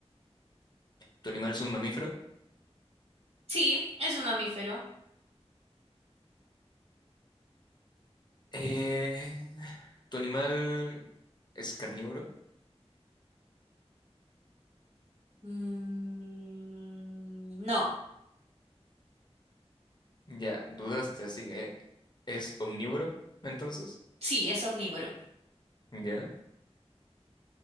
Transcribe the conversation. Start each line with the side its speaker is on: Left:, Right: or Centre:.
Left: ¿Tu animal es un mamífero?
Right: Sí, es un mamífero.
Left: Eh, ¿tu animal es carnívoro?
Right: Mm, no,
Left: Ya, dudaste, así que es omnívoro, entonces.
Right: sí, es omnívoro.
Left: Ya.